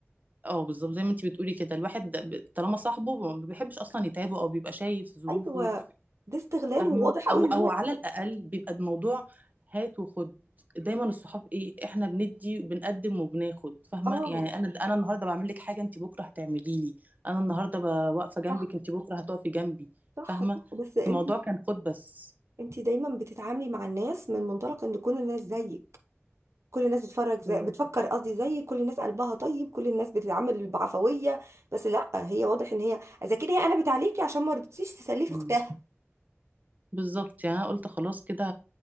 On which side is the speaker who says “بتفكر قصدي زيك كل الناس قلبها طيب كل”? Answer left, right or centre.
Right